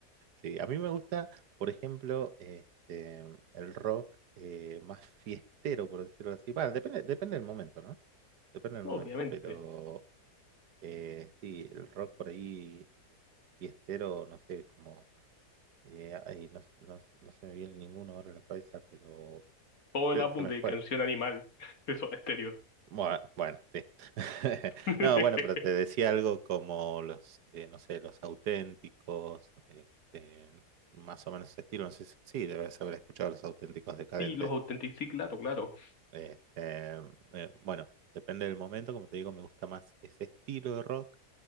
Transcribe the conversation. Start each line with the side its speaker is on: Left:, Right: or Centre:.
Right: Sí, a mí me gusta, por ejemplo, este, el rock eh, más fiestero, por decirlo así. Bueno, depende, depende del momento, ¿no? Depende del
Left: Obviamente.
Right: momento, pero eh, sí, el rock por ahí eh, fiestero, no sé, como... eh, ay, no, no no se me viene ninguno ahora a la cabeza, pero...
Left: Todo
Right: Eh,
Left: el álbum
Right: Se me
Left: de
Right: fue,
Left: Canción Animal de Soda Stereo.
Right: Bueno, bueno, sí. <laughs>
Left: <laughs>
Right: No, bueno, pero te decía algo como los, eh, no sé, los auténticos, este, más o menos ese estilo. No sé si, sí, debes haber escuchado los auténticos decadentes.
Left: Sí, los Authentic, sí, claro, claro.
Right: Este, eh, bueno, depende del momento, como te digo, me gusta más ese estilo de rock.